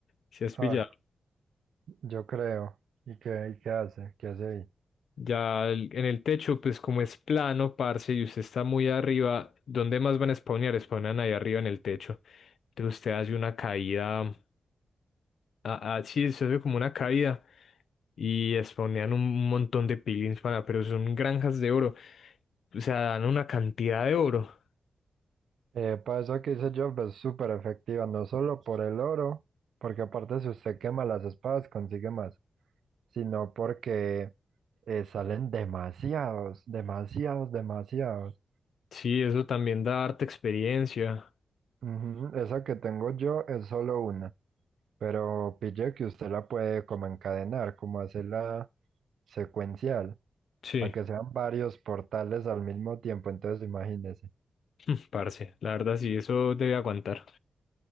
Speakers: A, on the left; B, on the right.
A: Si has pillado.
B: Ah, yo creo. ¿Y qué, y qué hace? ¿Qué hace ahí?
A: Ya el- en el techo, pues como es plano, parce, y usted está muy arriba, ¿dónde más van a spawnear? Spawnan ahí arriba en el techo. Entonces usted hace una caída. Ah, ah, sí, se hace como una caída y spawnean un montón de piglins, pana, pero son granjas de oro. O sea, dan una cantidad de oro.
B: Eh, para eso que hice Job es súper efectiva, no solo por el oro, porque aparte si usted quema las espadas consigue más, sino porque eh, salen demasiados, demasiados, demasiados.
A: Sí, eso también da harta experiencia.
B: Ujú, Esa que tengo yo es solo una. Pero pille que usted la puede como encadenar, como hacerla secuencial,
A: Sí,
B: para que sean varios portales al mismo tiempo. Entonces, imagínese.
A: <laughs> parce, la verdad sí, eso debe aguantar.